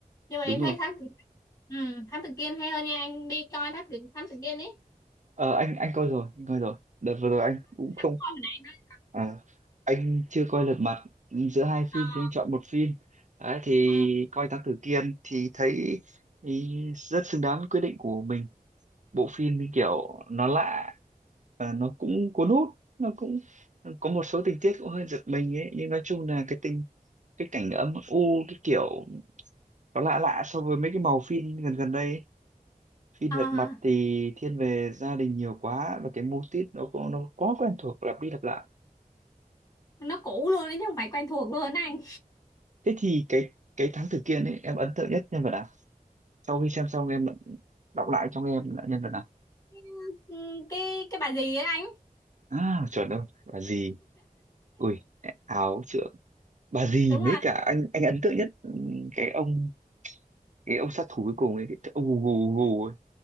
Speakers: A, on the left; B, on the right.
A: nhưng mà
B: đúng
A: em
B: rồi
A: thấy thám tử ừ, thám tử Kiên hay hơn nha anh đi coi thám tử thám tử Kiên ấy
B: Ờ, anh anh coi rồi anh coi rồi đợt vừa rồi anh cũng không
A: Coi hồi nãy anh nói
B: Ờ, anh chưa coi Lật Mặt giữa hai phim
A: à,
B: thì anh chọn một phim đấy, thì
A: Ờ,
B: coi Thám Tử Kiên thì thấy thì rất xứng đáng với quyết định của mình bộ phim như kiểu nó lạ và nó cũng cuốn hút nó cũng ờ, có một số tình tiết cũng hơi giật mình ấy nhưng nói chung là cái tình cái cảnh âm u cái kiểu nó lạ lạ so với mấy cái màu phim gần gần đây ấy. phim
A: ờ,
B: Lật
A: ờ,
B: Mặt thì thiên về gia đình nhiều quá và cái mô típ nó cũng nó quá quen thuộc lặp đi lặp lại
A: nó cũ luôn đấy chứ không phải quen thuộc luôn á anh
B: thế thì cái cái thám tử Kiên ấy em ấn tượng nhất nhân vật nào sau khi xem xong em đọc lại cho em là nhân vật nào
A: <laughs> Ừ, cái cái bà gì ấy anh
B: à chuẩn rồi bà dì ui áo trượng bà dì
A: đúng
B: mấy
A: rồi
B: cả anh anh ấn tượng nhất ừm, cái ông cái ông sát thủ cuối cùng ấy cái ông gù gù gù ấy